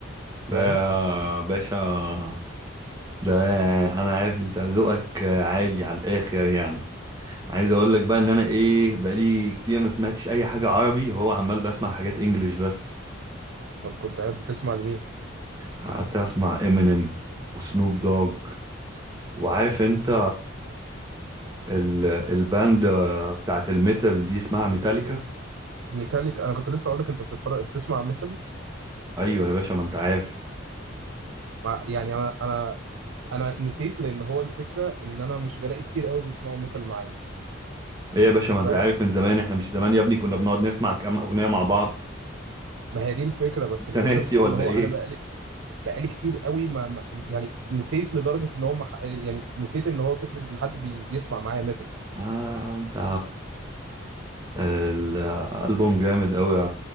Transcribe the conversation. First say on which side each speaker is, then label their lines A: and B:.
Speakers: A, on the right; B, on the right.
A: فاهم
B: ده يا باشا ده انا عارف انت ذوقك عالي على الاخر يعني عايز اقول لك بقى ان انا ايه بقالي كتير ما سمعتش اي حاجه عربي هو عمال بسمع حاجات انجليش بس
A: طب كنت قاعد بتسمع لمين
B: قعدت اسمع امينيم وسنوب دوج وعارف انت ال الباند بتاعت الميتال دي اسمها ميتاليكا
A: ميتاليك انا كنت لسه اقول لك انت بتتفرج بتسمع ميتال
B: ايوه يا باشا ما انت عارف
A: مع- يعني انا انا انا نسيت لان هو الفكرة ان انا مش بلاقي كتير قوي بيسمعوا ميتال معايا
B: ايه يا باشا ما انت
A: ف-
B: عارف من زمان احنا مش زمان يا ابني كنا بنقعد نسمع كام اغنيه مع بعض
A: ما هي دي الفكرة بس
B: انت
A: الفكرة
B: ناسي ولا
A: ان هو
B: ايه
A: انا بقى بقالي كتير قوي ما ما- يعني نسيت لدرجة ان هو مح... يعني نسيت ان هو فكرة ان حد بي... بيسمع معايا ميتال
B: اه انت الألبوم جامد أوي يا